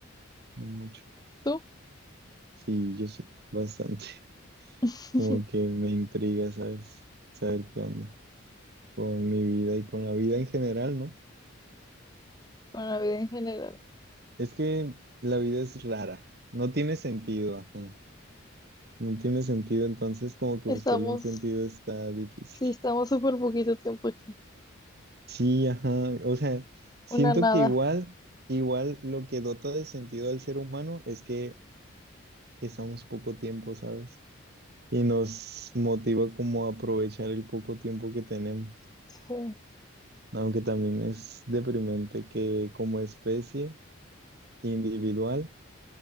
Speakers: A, on the right; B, on the left.
A: No mucho.
B: ¿Tú?
A: Sí, yo sí, bastante. <laughs>
B: <laughs>
A: Como que me intriga, ¿sabes? Saber qué onda con mi vida y con la vida en general, ¿no?
B: Con la vida en general.
A: Es que la vida es rara, no tiene sentido, ajá. No tiene sentido, entonces como que
B: Estamos,
A: buscarle un sentido está difícil.
B: sí, estamos súper poquito tiempo aquí.
A: Sí, ajá. O sea, siento
B: Una nada.
A: que igual, igual lo que dota de sentido al ser humano es que estamos poco tiempo, ¿sabes? Y nos motiva como a aprovechar el poco tiempo que tenemos.
B: Sí.
A: Aunque también es deprimente que como especie individual